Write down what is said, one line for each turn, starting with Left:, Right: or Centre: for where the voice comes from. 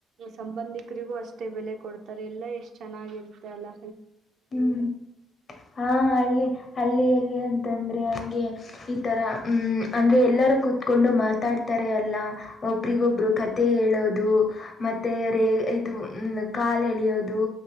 Right: ಸಂಬಂಧಿಕರಿಗೂ ಅಷ್ಟೇ ಬೆಲೆ ಕೊಡ್ತಾರೆ ಎಲ್ಲ ಎಷ್ಟ್ ಚೆನ್ನಾಗಿರುತ್ತೆ ಅಲ್ಲಾ.
Left: ಹ್ಮ್ ಹಾ ಹಳ್ಳಿ ಹಳ್ಳಿಯಲ್ಲಿ ಅಂತಂದ್ರೆ ಹಂಗೆ ಈತರ ಹ್ಮ್ ಅಂದ್ರೆ ಎಲ್ಲರು ಕೂತ್ಕೊಂಡು ಮಾತಾಡ್ತಾರೆ ಅಲ್ಲ ಒಬ್ರಿಗ ಒಬ್ರು ಕತೆ ಹೇಳೋದು ಮತ್ತೆ ರೇ ಇದು ಮ ಕಾಲ್ ಎಳಿಯೋದು